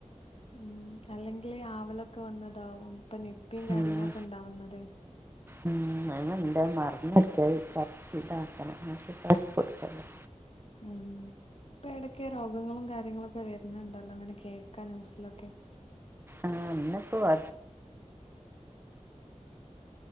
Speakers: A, on the left (about 50°); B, on the right (about 20°).
A: ഉം അല്ലെങ്കിൽ വാവൽലൊക്കെ വന്നതാവും ഇപ്പൊ നിപ്പയും കാര്യങ്ങളൊക്കെ
B: ഉം
A: ഉണ്ടാവുന്നത്
B: ഉം അന ഇണ്ട് മറന്നടുക്ക പറിച്ച് ഇതാക്കണം കൊടുക്കല്ലോ
A: ഉം ഇപ്പ എടക്കെ രോഗങ്ങളും കാര്യങ്ങളൊക്കെ വരണണ്ടല്ലോ അങ്ങനെ കേൾക്കാ ന്യൂസിലൊക്കെ
B: ആഹ ഇന്ന ഇപ്പൊ <inaudible>